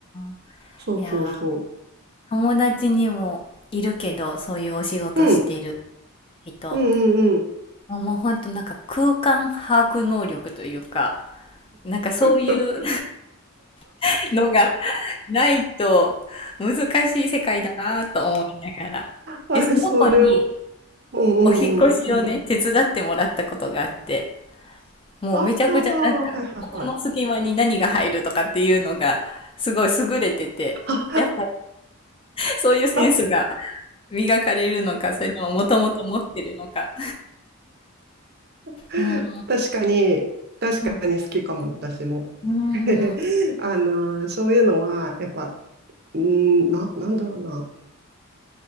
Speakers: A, on the left; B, on the right.
A: あ。
B: そうそうそ
A: いや友達にもいるけど、そういうお仕事してる
B: う。うん、
A: 人。
B: うんうんうん。
A: あもうほんとなんか空間把握能力というか、なんかそういう
B: <laughs>
A: <laughs> のがないと難しい世界だなと思いながら。
B: あ、
A: え、その子に
B: それは、うんうんうん。
A: お引っ越しをね、手伝ってもらったことがあって、もうめちゃくちゃなんか、
B: ああ、はいはい
A: ここの隙間に何が入るとかっていうのがすごい優れてて、
B: は
A: やっぱそういうセンスが
B: い。<laughs>
A: 磨かれるのか、それとももともと持ってるのか。
B: <laughs>
A: うんうん。
B: 確かに、確かに好きかも、
A: うん。
B: 私も。
A: うん、
B: <laughs>
A: うん。
B: あの、そういうのは、やっぱ、うん、な、なんだろうな。